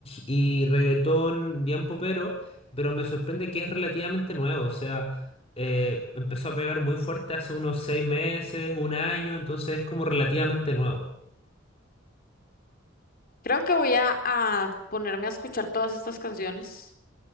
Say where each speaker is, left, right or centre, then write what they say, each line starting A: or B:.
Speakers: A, on the left; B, on the left.
A: y, y reggaetón bien popero, pero me sorprende que es relativamente nuevo, o sea, eh, empezó a pegar muy fuerte hace unos seis meses, un año, entonces es como relativamente nuevo.
B: Creo que voy a, a ponerme a escuchar todas estas canciones.